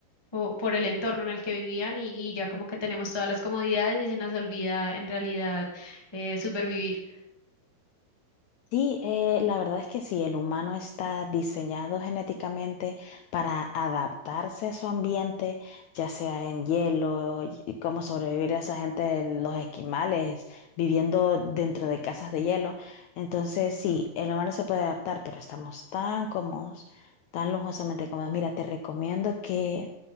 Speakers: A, on the left (about 45°); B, on the left (about 80°).
A: po- por el entorno en el que vivían y, y ya como que tenemos todas las comodidades y se nos olvida en realidad eh, supervivir.
B: Sí, eh, la verdad es que sí, el humano está diseñado genéticamente para adaptarse a su ambiente, ya sea en hielo, y y cómo sobrevivir a esa gente en los esquimales, viviendo dentro de casas de hielo. Entonces, sí, el humano se puede adaptar, pero estamos tan cómodos, tan lujosamente cómodos. Mira, te recomiendo que